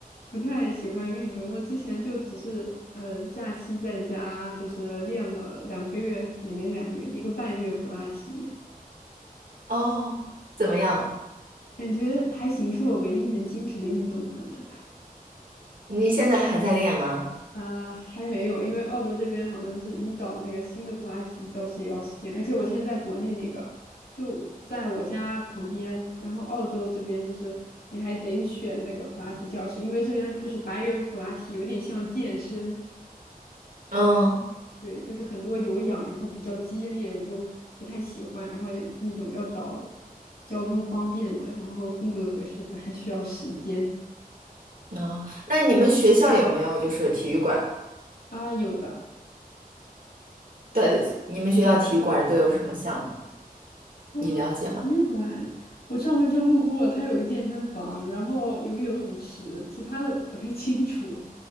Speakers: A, on the left (about 80°); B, on the right (about 65°).
A: 不太喜欢运动。我之前就只是呃，假期在家就是练了两个月，也没两个月，一个半月普拉提，
B: 哦，怎么样？
A: 感觉还行，是我唯一能坚持的运动可能。
B: 你现在还在练吗？
A: 啊，还没有，因为澳洲这边好像就是你找那个新的普拉提教室也要时间，而且我现在在国内那个就在我家旁边，然后澳洲这边就是你还得选那个普拉提教室，因为这边就是白人普拉提有点像健身，
B: 嗯
A: 对，就是很多有氧，然后比较激烈，我就不太喜欢，然后也那种要找交通方便的，然后风格合适的，还需要时间
B: 哦，那你们学校有没有就是体育馆？
A: 啊，有的。
B: 对，对你们学校体育馆都有什么项目？
A: 啊，
B: 你了解吗？
A: 体育馆，我上回就路过，它有个健身房，然后有个游泳池，其他的不太 <laughs> 清楚